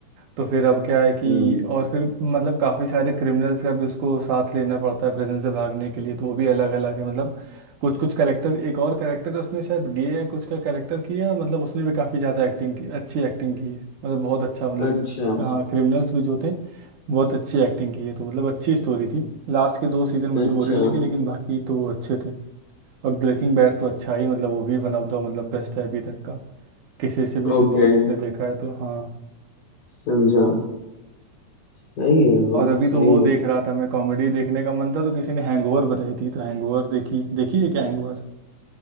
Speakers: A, on the right (about 75°); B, on the left (about 75°).
A: तो फिर अब क्या है कि
B: हम्म
A: और फिर मतलब काफ़ी सारे क्रिमिनल्स का भी उसको साथ लेना पड़ता है प्रिजन से भागने के लिए तो वो भी अलग अलग है मतलब कुछ कुछ कैरेक्टर एक और कैरेक्टर है उसने शायद गे है कुछ का कैरेक्टर किया मतलब उसने भी काफ़ी ज़्यादा एक्टिंग की अच्छी एक्टिंग की है मतलब बहुत अच्छा मतलब
B: अच्छा
A: हाँ क्रिमिनल्स भी जो थे बहुत अच्छी एक्टिंग की है तो मतलब अच्छी स्टोरी थी लास्ट के दो सीज़न मुझे
B: अच्छा
A: बोरिंग लगे लेकिन बाकी तो अच्छे थे और ब्रेकिंग बैड तो अच्छा ही मतलब वो भी वन ऑफ द मतलब बेस्ट है अभी तक का किसी से भी सुनो
B: ओके
A: जिसने देखा है तो हाँ
B: समझा सही है ब्रो
A: और अभी तो
B: सही
A: वो
B: है
A: देख रहा था मैं कॉमेडी देखने का मन था तो किसी ने हैंगओवर बताई थी तो हैंगओवर देखी देखी है क्या हैंगओवर